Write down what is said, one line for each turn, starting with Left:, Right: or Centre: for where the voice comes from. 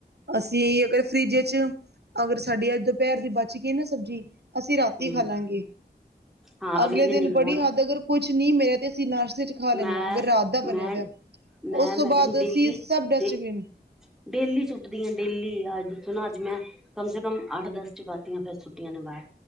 Right: ਅਸੀਂ ਅਗਰ ਫਰਿੱਜ ਚ ਅਗਰ ਸਾਡੀ ਅੱਜ ਦੁਪਹਿਰ ਦੀ ਬਚ ਗਈ ਨਾ ਸਬਜ਼ੀ, ਅਸੀਂ ਰਾਤੀ
Centre: ਹਮ
Right: ਖਾ ਲਾਂਗੇ।
Centre: ਹਾਂ
Right: ਅਗਲੇ ਦਿਨ
Centre: ਨਹੀਂ ਖਾਵਾਂਗੇ
Right: ਬੜੀ ਹੱਦ ਅਗਰ ਕੁਛ ਨੀ ਮਿਲਿਆ ਤੇ ਅਸੀਂ ਨਾਸ਼ਤੇ ਚ ਖਾ ਲੈਂਦੇ
Centre: ਮੈਂ
Right: ਹਾਂ ਅਗਰ ਰਾਤ ਦਾ ਬਣਿਆ
Centre: ਮੈਂ
Right: ਤਾਂ
Centre: ਮੈਂ
Right: ਉਸ ਤੋਂ
Centre: ਮੈਡਮ
Right: ਬਾਅਦ
Centre: ਡੇਲੀ
Right: ਅਸੀਂ ਸਭ ਡਸਟਬਿਨ
Centre: ਡੇ ਡੇਲੀ ਸੁੁੱਟਦੀਆਂ ਡੇਲੀ ਅੱਜ ਦੱਸੋ ਨਾ ਅੱਜ ਮੈਂ ਕਮ ਸੇ ਕਮ ਅੱਠ ਦਸ ਚਪਾਤੀਆਂ ਫਿਰ ਸੁਟੀਆਂ ਨੇ ਬਾਹਰ।